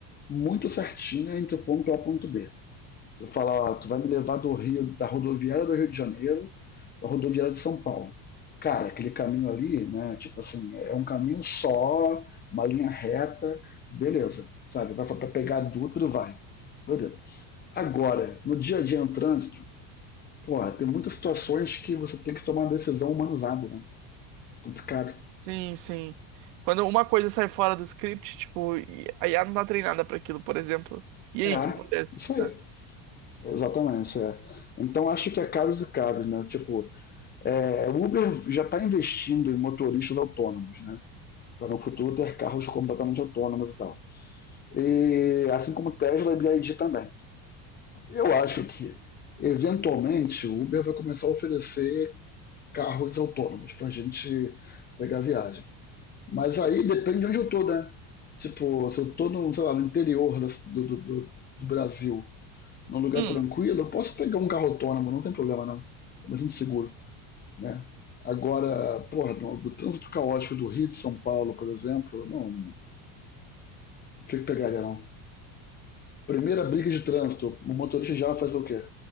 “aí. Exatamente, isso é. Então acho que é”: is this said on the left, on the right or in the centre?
Left